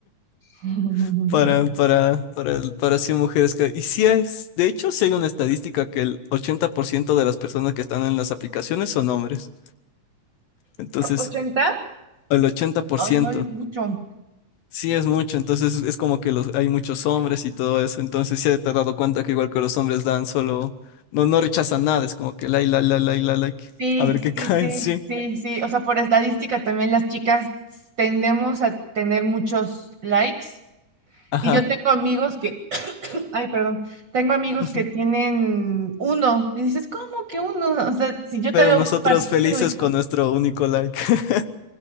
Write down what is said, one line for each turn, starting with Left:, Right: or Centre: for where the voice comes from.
Right: <laughs>
Left: <laughs> para, para, para, para 100 mujeres. que- Y sí es, de hecho, sí hay una estadística que el 80% de las personas que están en las aplicaciones son hombres. Entonces,
Right: ¿80?
Left: El ochenta por
Right: Ay,
Left: ciento
Right: guau es mucho.
Left: Sí, es mucho, entonces es como que los, hay muchos hombres y todo eso, entonces sí te has dado cuenta que igual que los hombres dan solo, no, no rechazan nada, es como que la, la, la, la, la, like,
Right: Sí,
Left: a ver qué <laughs> cae,
Right: sí, sí,
Left: sí,
Right: sí, sí. O sea, por estadística también las chicas tendemos a tener muchos likes.
Left: ajá.
Right: Y yo tengo amigos que, <clears throat> ay, perdón, tengo amigos
Left: <laughs>
Right: que tienen uno. Y dices, ¿cómo que uno? O sea, si yo
Left: Pero
Right: te veo
Left: nosotros
Right: un partido
Left: felices
Right: y todo.
Left: con nuestro único like. <laughs>